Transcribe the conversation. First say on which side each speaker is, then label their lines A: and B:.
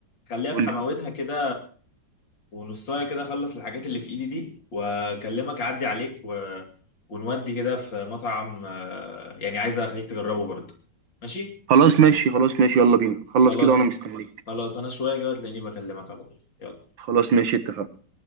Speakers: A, on the left; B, on the right.
A: خليها
B: قول
A: في حماوتها
B: لي
A: كده ونصايه كده اخلص الحاجات اللي في ايدي دي واكلمك اعدي عليك و... ونودي كده في مطعم آه، يعني عايز اخليك تجربه برضه ماشي
B: خلاص ماشي خلاص ماشي يلا بينا خلص
A: خلاص
B: كده وانا مستنيك
A: خلاص انا شويه كده تلاقيني بكلمك على طول يلا
B: خلاص ماشي اتفقنا